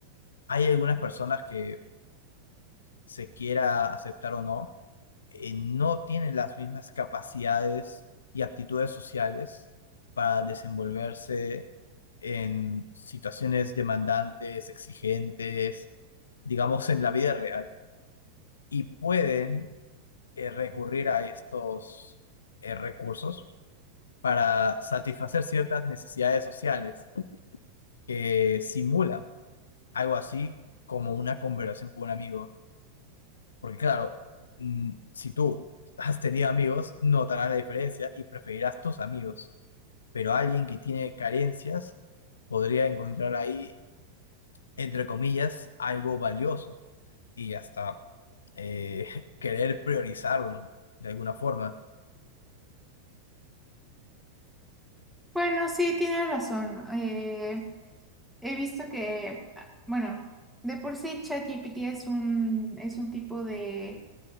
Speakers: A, on the left (about 70°); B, in the centre.
A: hay algunas personas que se quiera aceptar o no, eh, no tienen las mismas capacidades y aptitudes sociales para desenvolverse en situaciones demandantes, exigentes, digamos en la vida real, y pueden eh, recurrir a estos eh, recursos para satisfacer ciertas necesidades sociales que simula algo así como una conversación con un amigo. Porque claro, mm, si tú has tenido amigos, notarás la diferencia y preferirás tus amigos. Pero alguien que tiene carencias podría encontrar ahí, entre comillas, algo valioso y hasta eh, <laughs> querer priorizarlo de alguna forma.
B: Bueno, sí, tienes razón. Eh, he visto que, ah, bueno, de por sí ChatGPT es un, es un tipo de